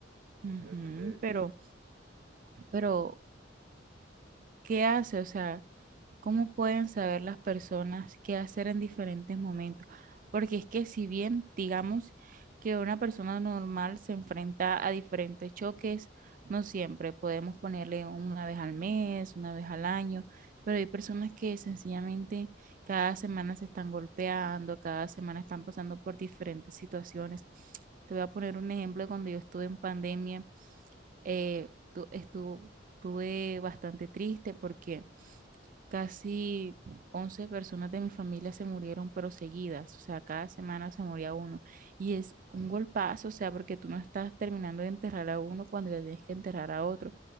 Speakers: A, on the right (about 45°); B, on the right (about 85°).
A: Ujú,
B: Eso depende de ti.
A: pero, pero, ¿qué hace? O sea... ¿Cómo pueden saber las personas qué hacer en diferentes momentos? Porque es que si bien digamos que una persona normal se enfrenta a diferentes choques, no siempre podemos ponerle una vez al mes, una vez al año, pero hay personas que sencillamente cada semana se están golpeando, cada semana están pasando por diferentes situaciones. Te voy a poner un ejemplo de cuando yo estuve en pandemia, eh, tu- estuvo- estuve bastante triste porque Casi 11 personas de mi familia se murieron, pero seguidas, o sea, cada semana se moría uno. Y es un golpazo, o sea, porque tú no estás terminando de enterrar a uno cuando ya tienes que enterrar a otro.